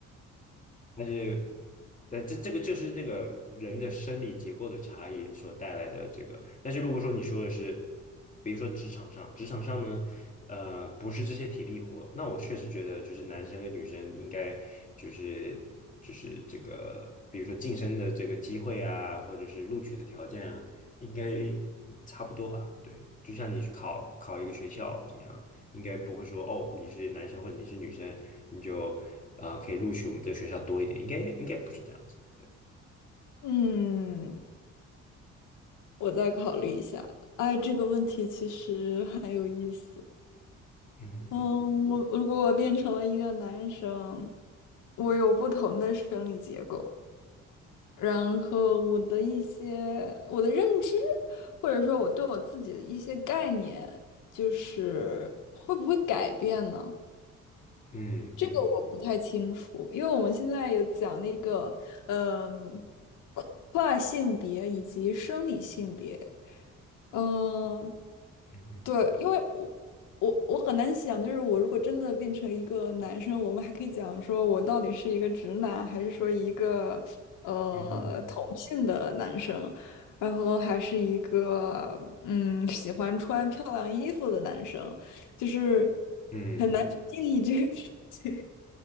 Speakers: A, on the left; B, on the left.
A: 但是，但这这个就是那个人的生理结构的差异所带来的这个。但是如果说你说的是，比如说职场上，职场上呢，呃，不是这些体力活，那我确实觉得就是男生跟女生应该就是就是这个，比如说晋升的这个机会啊，或者是录取的条件啊，应该差不多吧？对，就像你去考考一个学校怎么样？应该不会说哦，你是男生或者你是女生，你就，呃，可以录取我们这个学校多一点，应该应该不是这样子，对，
B: 嗯，我再考虑一下。哎，这个问题其实很有意思。
A: 嗯
B: 嗯，我如果我变成了一个男生，我有不同的生理结构，然后我的一些我的认知，或者说我对我自己的一些概念，就是会不会改变呢？
A: 嗯嗯嗯
B: 这个我不太清楚，因为我们现在有讲那个，嗯，跨性别以及生理性别，嗯，
A: 嗯
B: 对，因为我我我很难想，就是我如果真的变成一个男生，我们还可以讲说我到底是一个直男，还是说一个呃同性的男生，
A: 嗯嗯
B: 然后还是一个嗯喜欢穿漂亮衣服的男生，就是
A: 嗯嗯。
B: 很难去定义这个事情。